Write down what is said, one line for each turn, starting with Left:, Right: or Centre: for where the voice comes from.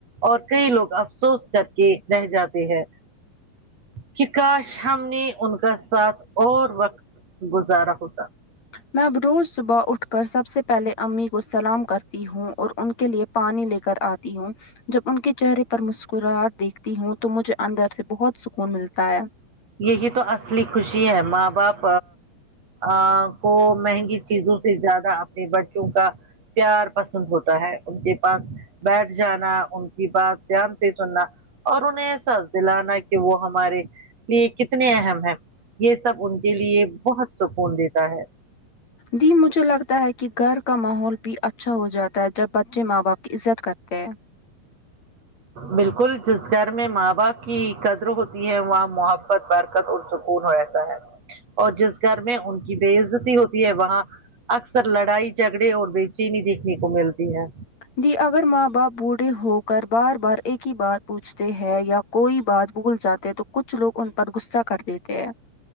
Right: اور کئی لوگ افسوس کر کے رہ جاتے ہیں کہ کاش ہم نے ان کا ساتھ اور وقت گزارا ہوتا
Left: میں اب روز صبح اٹھ کر سب سے پہلے امی کو سلام کرتی ہوں اور ان کے لیے پانی لے کر آتی ہوں جب ان کے چہرے پر مسکراہٹ دیکھ تی ہوں تو مجھے اندر سے بہت سکون ملتا ہے
Right: یہی تو اصلی خوشی ہے ماں باپ ا کو مہنگی چیزوں سے زیادہ اپنے بچوں کا پیار پسند ہوتا ہے ان کے پاس بیٹھ جانا ان کی بات دھیان سے سننا اور انہیں احساس دلانا کہ وہ ہم ہمارے لیے کتنے اہم ہیں یہ سب ان کے لیے بہت سکون دیتا ہے
Left: جی مجھے لگتا ہے کہ گھر کا ماحول بھی اچھا ہو جاتا ہے جب ب بچے ماں باپ کی عزت کرتے ہیں
Right: بالکل جس گھر میں ماں باپ کی قدر ہوتی ہے وہاں مح برکت اور سکون رہتا ہے اور جس گھر میں ان کی بے عزتی ہوتی ہے وہاں اکثر لڑائی جھگڑے اور بے چینی دیکھنے کو ملتی ہے
Left: دی اگر ماں باپ بوڑھے ہو کر بار بار ایک ہی بات پوچھ تے ہیں یا کوئی بات بھول جاتے ہیں تو کچھ لوگ ان پر غصہ کر دیتے ہیں